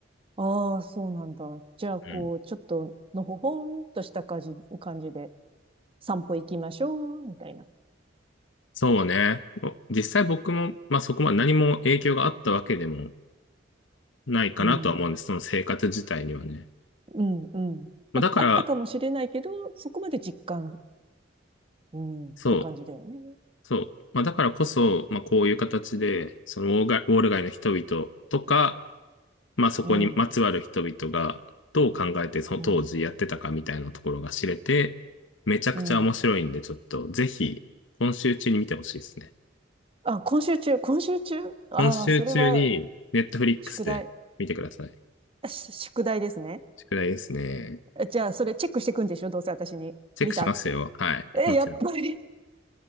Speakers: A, on the right; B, on the left.
A: ああ、そうなんだ。じゃあ、こう、
B: うん。
A: ちょっと、のほほんとした感じ、感じで、散歩行きましょう、みたいな。
B: そうね。お実際僕も、まあそこまで何も影響があったわけでもないかなとは思うんです。
A: うん。
B: その生活自体にはね。
A: うん、うん。
B: まあだから、
A: なんかあったかもしれないけど、そこまで実感、うん、って感じだよね。
B: そう、そう。まあだからこそ、まあこういう形で、そのウォーガウォール街の人々とか、まあそこにまつわる人々がどう考えてその当時やってたかみたいなところが知れて、
A: うん、うん、
B: めちゃくちゃ面白いんで、
A: うん。
B: ちょっとぜひ今週中に見てほしいですね。
A: あ、今週中、今週中ああー、
B: 今週中に、
A: それは、
B: ネットフリックスで見てください。
A: 宿題。あし宿題ですね。
B: 宿題ですね。
A: えじゃあ、それチェックしていくんでしょどうせ私に。
B: チェックしますよ。
A: 見たって。
B: はい。
A: え、
B: もちろん。
A: やっぱり。